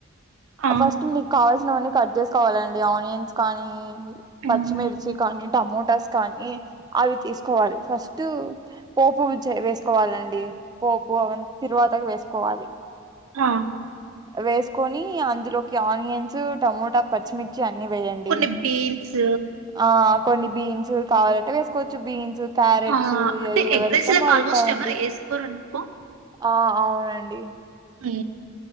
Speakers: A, on the right; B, on the right.
A: ఆ
B: ఫస్ట్ మీక్ కావల్ <unintelligible> కట్ చేసుకోవాలండి ఆనియన్స్ కానీ
A: మ్మ్.
B: పచ్చిమిర్చి కానీ టమోటాస్ కానీ అవి తీసుకోవాలి ఫస్టు పోపువి చే వేసుకోవాలండి పోపు అవన్ని తీరాబాతకు వేసుకోవాలి
A: ఆ
B: వేసుకొని అందులోకి ఆనియన్సు టమోటా పచ్చిమిర్చి కి అన్ని వేయండి
A: కొన్ని బీన్స్
B: ఆ కొన్ని బీన్సు కావాలంటే వేసుకోవచ్చు బీన్స్ క్యారెట్స్
A: ఆ అంటే
B: అది ఎవరి
A: ఎగ్జైస్
B: ఇష్టం
A: క
B: వాళ్ళు
A: ఆల్మోస్ట్
B: కదండి
A: ఎవరు వేసుకోరునుకో
B: ఆ అవునండి
A: ఏ